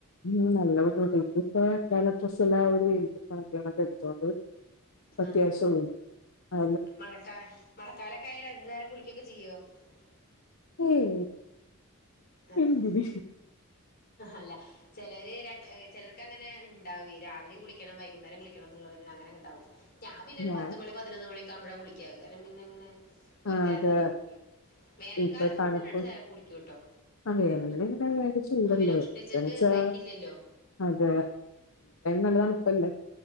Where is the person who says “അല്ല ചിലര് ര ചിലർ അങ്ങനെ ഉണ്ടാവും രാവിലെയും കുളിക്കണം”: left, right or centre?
Left